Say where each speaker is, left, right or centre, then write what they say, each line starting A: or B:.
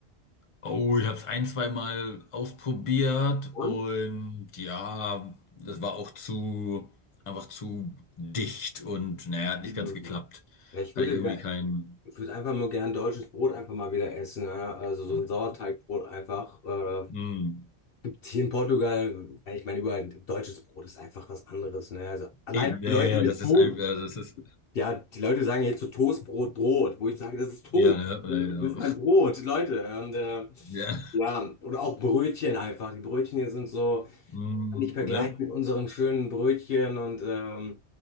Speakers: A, on the left (about 30°); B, on the left (about 60°).
A: Oh, ich habe es ein, zwei Mal ausprobiert
B: Und?
A: und ja, das war auch zu, einfach zu dicht und naja, hat nicht
B: Mhm.
A: ganz geklappt.
B: Ja, ich
A: Hatte
B: würde,
A: ich irgendwie
B: ge-
A: keinen.
B: ich würde einfach nur gern deutsches Brot einfach mal wieder essen. Ja? Also so ein Sauerteigbrot einfach. Äh,
A: Mm,
B: gibt hier in Portugal, ja, ich meine, überall deutsches Brot ist einfach was anderes. Ne? Also alleine
A: eben, ja,
B: die Leute,
A: ja,
B: mit
A: das
B: die,
A: ist
B: To-
A: einfach, das ist,
B: ja, die Leute sagen jetzt so Toastbrot, Brot, wo ich sage, das ist Toast.
A: ja, ne, ja,
B: Das
A: ja.
B: ist kein Brot, Leute. Und, äh,
A: <laughs> Ja,
B: ja, oder auch Brötchen einfach. Die Brötchen hier sind so.
A: mm,
B: man nicht vergleichen
A: ne.
B: mit unseren schönen Brötchen und ähm,